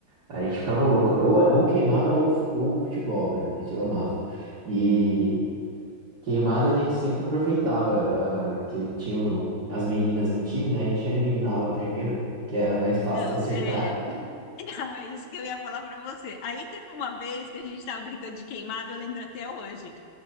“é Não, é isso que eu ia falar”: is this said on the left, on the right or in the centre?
Left